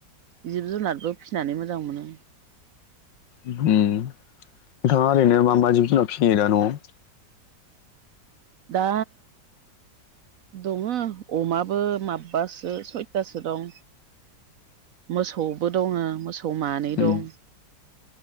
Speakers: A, on the right; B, on the left.
A: जिब जुनारबो फिसिनानै मोजां मोनो।
B: ओम नोंथाङा ओरैनो मा मा जिब जुनार फिसियो दा न'आव?
A: दा दङ अमाबो माबबासो सयथासो दं। मोसौबो दङो। मोसौ मानै
B: उम
A: दं।